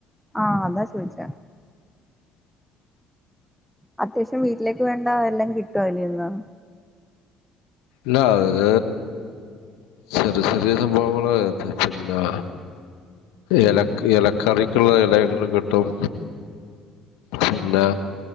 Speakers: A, in the centre; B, on the left.
A: ആഹ അതാ ചോയിിച്ച അത്യാവശ്യം വീട്ടിലേക്ക് വേണ്ട എല്ലാം കിട്ടുവ അല്ലന്ന്
B: ഇ ആത് ചെറിയ ചെറിയ സംഭവങ്ങള പിന്നെ ഇല ഇല കറിക്കുള്ള ഇലകൾ കിട്ടും പിന്നെ